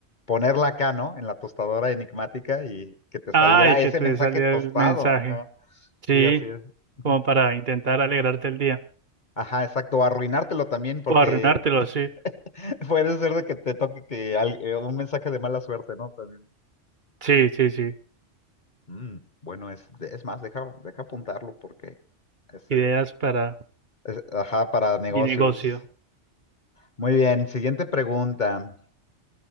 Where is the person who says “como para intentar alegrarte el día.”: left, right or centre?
Right